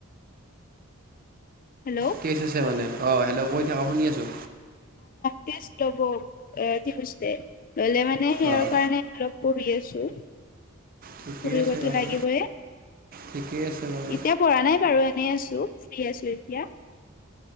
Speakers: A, on the left; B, on the right.
A: হেল্ল'
B: কেচ আছে মানে অ হেল্ল কৈ থাক শুনি আছো
A: টেচ ল'ব এ টিওজডে ললে মানে হেয়াৰ
B: অঁ
A: কাৰণে আৰু পঢ়ি আছো।
B: ঠিকেই
A: পঢ়িব
B: আছে
A: ত
B: বাৰু
A: লাগিবই
B: ঠিকেই আছে বাৰু
A: এতিয়া পঢ়া নাই বাৰু এনে আছো। ফ্ৰী আছো এতিয়া।